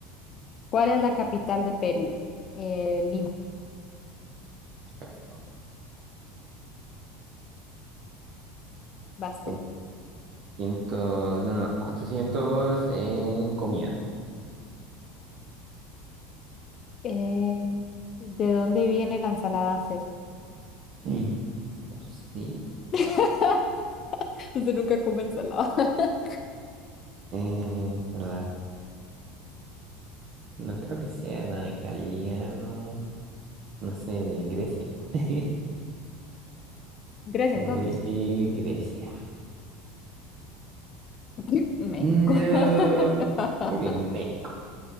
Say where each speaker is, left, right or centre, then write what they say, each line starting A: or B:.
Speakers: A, on the left (about 40°); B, on the right (about 45°).
A: ¿Cuál es la capital de Perú? Eh, Lima,
B: Pésimo.
A: vas tú.
B: Eh, Ciento, no, no, 400 en comida.
A: Eh, ¿de dónde viene la ensalada César?
B: Mm. No sé.
A: <laughs> Usted nunca come ensalada. <laughs>
B: Eh, es verdad. No creo que sea nada italiano. No sé, de Grecia. <laughs>
A: Grecia,
B: Voy
A: entonces.
B: a decir Grecia.
A: <laughs> México.
B: No.
A: <laughs>
B: ¿Cómo que México?